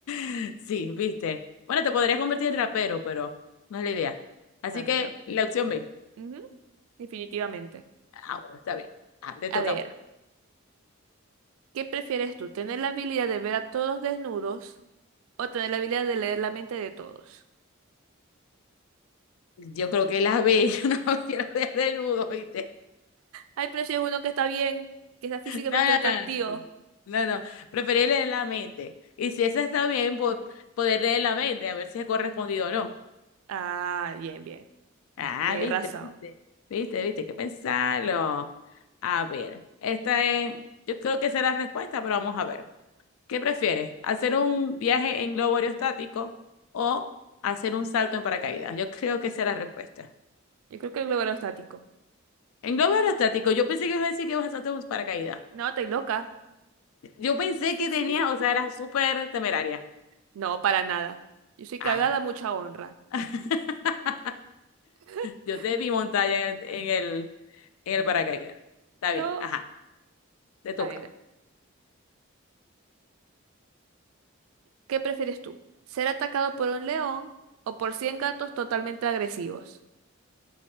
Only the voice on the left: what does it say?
<laughs> Sí, viste. Bueno, te podrías convertir en rapero, pero no es la idea. Así
que
la opción B.
Ah, bueno, está bien. Ah, te toca.
Yo creo que la B. <laughs> Yo no quiero ver desnudo, viste.
No, no,
no. No, no. no. Preferir leer la mente. Y si esa está bien, po- poder leer la mente, a ver si es correspondido o no.
Ah,
viste,
viste. Viste, viste, hay que pensarlo. A ver, esta es. Yo creo que esa es la respuesta, pero vamos a ver. ¿Qué prefieres? ¿Hacer un viaje en globo aerostático o hacer un salto en paracaídas? Yo creo que esa es la respuesta.
En globo aerostático, yo pensé que ibas a decir que ibas a saltar un paracaídas.
Yo pensé
que tenía, o sea, era súper temeraria.
Ah.
<laughs>
Yo te vi montada en el, en el, en el paracaídas. Está bien,
ajá, te toca.